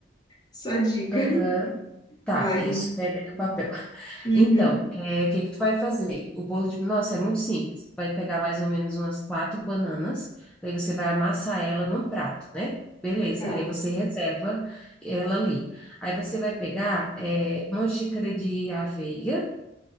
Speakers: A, on the left; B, in the centre.
A: Só dica.
B: Aham. Tá,
A: <laughs> Vai.
B: isso. Pega aí o papel.
A: Uhum.
B: Então, é, o que que tu vai fazer? O bolo de... Nossa, é muito simples. Tu vai pegar mais ou menos umas quatro bananas, daí você vai amassar ela num prato, né? Beleza,
A: Tá.
B: aí você reserva ela ali. Aí você vai pegar é, uma xícara de aveia,